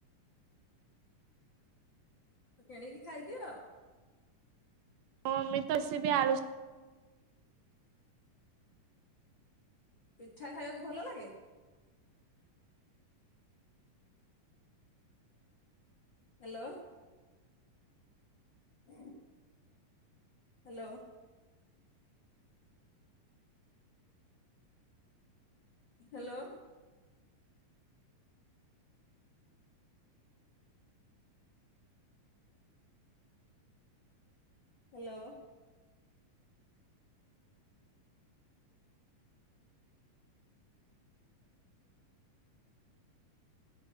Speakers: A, on the left; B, on the right.
A: ତ କିଣିକି ଖାଇଦିଅ ଆଉ।
B: ହଁ ଅମିତ ସି ବି ଆଳୁ ଶା
A: ପିଠା ଖାଇଆକୁ ଭଲ ଲାଗେ ହାଲୋ। ହୁଁ। Hello. Hello. Hello.